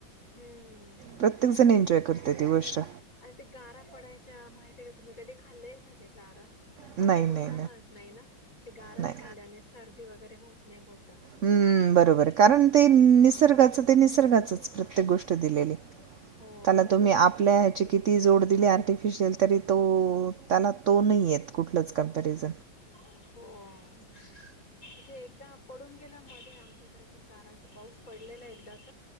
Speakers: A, on the left; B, on the right.
A: हम्म
B: प्रत्येकजण एन्जॉय करते ती गोष्ट
A: अ ते गारा पडायच्या माहिती का तुम्ही कधी खाल्लय का ते गारा.
B: नाही
A: असं बोलताना
B: नाही
A: नाही ना ते गार
B: नाही
A: खाल्ल्याने सर्दी वगैरे होत नाही बोल
B: हम्म बरोबर कारण ते निसर्गाच ते निसर्गाचच प्रत्येक गोष्ट दिलेली.
A: हो
B: त्याला तुम्ही आपल्या ह्याची किती किती जोड दिली आर्टिफिशियल तरी तो त्याला तो नाहीेयेत कुठलच कंपॅरिझ.
A: हो म्हणजे एकदा पडून गे ले मध्ये आमच्याकडे पण गारांचा पाऊस पडलेला एकदाच